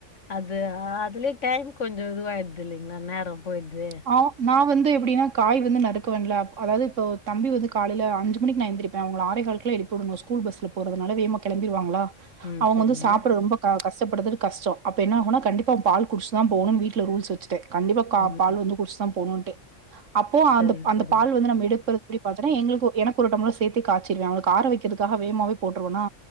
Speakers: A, on the left (about 75°); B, on the right (about 80°).
A: அது அதுலயே டைம் கொஞ்சோ இதுவாயிட்தில்லைங்ளா நேரோ போயிட்தே
B: ஆ நா வந்து எப்டின்னா காய் வந்து நறுக்குவேன்ல அப் அதாவ்து இப்போ தம்பி வந்து காலைல அஞ்சு மணிக்கு நா எந்திரிப் பே அவுங்கள ஆறேகால்க்ல்லா எழுப்பி வுடணு ஸ்கூல் பஸ்ல போறதுனால வேமா கெளம்பிருவாங்களா
A: ம்
B: அவுங்க
A: சரிங்க
B: வந்து சாப்ட ரொம்ப க கஷ்டபடுத்துறது கஷ்டோ அப்ப என்ன ஆகுனா கண்டிப்பா பால் குடிச்சுதா போணுன் வீட்ல ரூல்ஸ் வெச்சுட்டே கண்டிப்பா கா
A: ம்
B: பால் வந்து குட்ச்சுதா போணுன்ட்டு அப்போ
A: சரிங்க
B: அந்த அந்த
A: சரிங்க
B: பால் வந்து நம்ம எடுப்ப அப்டி பாத்தன்னா எங்ளுக்கு எனக்கு ஒரு டம்ளர் சேத்தி காச்சிருவே அவுங்களுக்கு ஆற வெக்கறகாக வேமாவே போட்ருவேன்னா